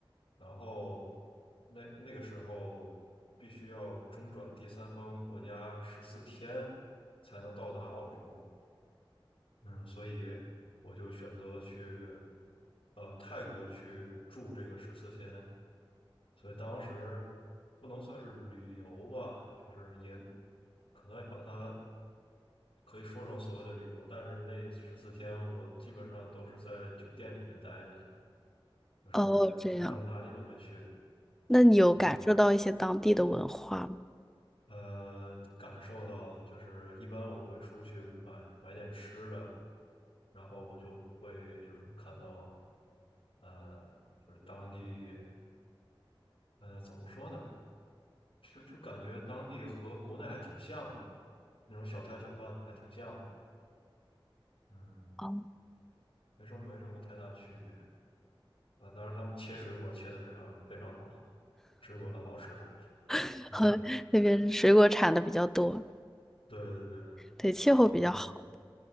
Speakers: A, on the left (about 85°); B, in the centre.
A: 然后那那个时候必须要中转第三方国家十四天才能到达澳洲。嗯，所以我就选择了去呃泰国去住这个十四天，所以当时不能算是旅游吧，就是也可能把它可以说成所谓的旅游，但是那十四天我基本上都是在酒店里面待着的，就是基本上哪里都没去，
B: 哦，这样，那你有感受到一些当地的文化吗？
A: 嗯。呃，感受到了，就是一般我会出去买买点吃的，然后我就会就是看到呃，就是当地呃怎么说呢，就就感觉当地和国内还挺像的，那种小摊小贩的还挺像的，嗯，
B: 哦，
A: 没什么没什么太大区别啊。当然他们切水果切的非常非常好，水果很好吃，
B: <laughs>
A: 嗯，
B: 和那边水果产的比较多，
A: 对对对，
B: 对，气候比较好。
A: 嗯